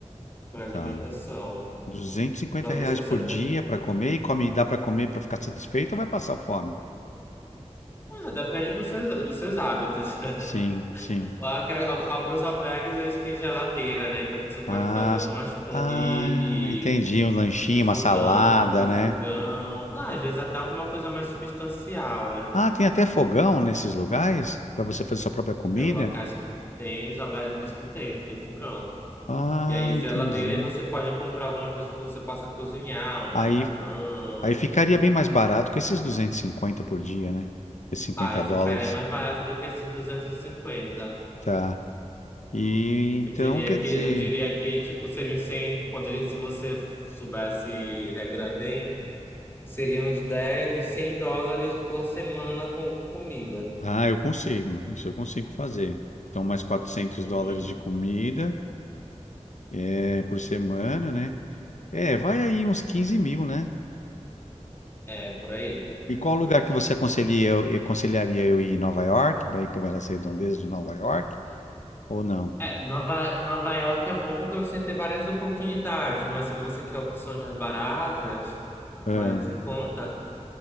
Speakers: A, on the left; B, on the left.
A: para alimentação.
B: Tá. duzentos e cinquenta
A: Talvez
B: reais
A: você
B: por
A: até.
B: dia para comer e come, dá para comer para ficar satisfeito ou vai passar fome?
A: Ah, depende dos seus, dos seus hábitos. <laughs>
B: Sim, sim.
A: Lá que al- Alguns albergues eles têm geladeira, né? Então você pode
B: Ah,
A: fazer
B: s-
A: umas pon-
B: ah,
A: e,
B: entendi. Um lanchinho,
A: e, e fogão,
B: uma salada,
A: e
B: né?
A: fogão. Não, às vezes até alguma coisa mais substancial, né?
B: Ah, tem até fogão nesses lugares para você fazer sua própria comida?
A: Tem locais que tem, os albergues que tem, que tem fogão.
B: Ah,
A: E aí geladeira
B: entendi.
A: e você pode comprar alguma coisa que você possa cozinhar, um
B: Aí,
A: macarrão.
B: aí ficaria bem mais barato com esses 250 por dia, né? Esses 50
A: Aí
B: dólares.
A: ficaria mais barato do que esses duzentos e cinquenta
B: Tá. E
A: Eu
B: então,
A: diria
B: quer
A: que
B: dizer.
A: eu diria que tipo seria uns 100, poderia se você soubesse regrar bem Seriam uns dez uns 100 dólares por semana com comida.
B: Ah, eu consigo. Isso eu consigo fazer. Então, mais quatrocentos
A: Uhum.
B: dólares de comida é, por semana, né? É, vai aí uns quinze mil, né?
A: É, por aí.
B: E qual lugar
A: Por aí.
B: que você aconselharia eu, eh, aconselharia eu ir? em Nova York? Vai ir para elas redondezas de Nova York? Ou não?
A: É, Nova, Nova York é bom porque você tem várias oportunidades, mas se você quer opções mais baratas,
B: Ah,
A: mais em conta,